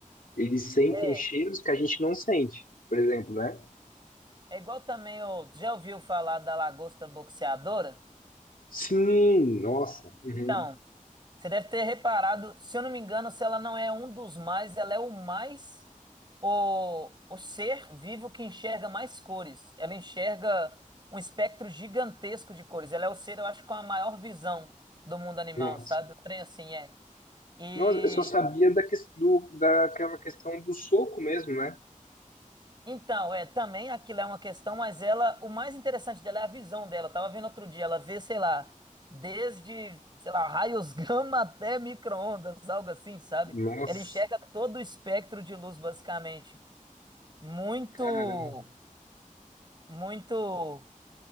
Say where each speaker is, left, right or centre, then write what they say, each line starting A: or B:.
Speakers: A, on the left; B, on the right.
A: Eles sentem
B: É,
A: cheiros
B: é
A: que a gente não sente, por exemplo, né?
B: É igual também o. Já ouviu falar da lagosta boxeadora?
A: Sim, nossa, uhum,
B: Então, Você deve ter reparado, se eu não me engano, se ela não é um dos mais, ela é o mais, o, o ser vivo que enxerga mais cores. Ela enxerga um espectro gigantesco de cores. Ela é o ser, eu acho, com a maior visão do mundo animal,
A: nossa.
B: sabe? Um trem assim é. E
A: Nossa, eu só sabia da, ques- do, daquela questão do soco mesmo, né?
B: Então, é, também aquilo é uma questão, mas ela, o mais interessante dela é a visão dela. Eu tava vendo outro dia, ela vê, sei lá, desde, sei lá, raios <laughs> gama até micro-ondas, algo assim, sabe?
A: Nossa,
B: Ela enxerga todo o espectro de luz, basicamente. Muito,
A: caramba.
B: muito,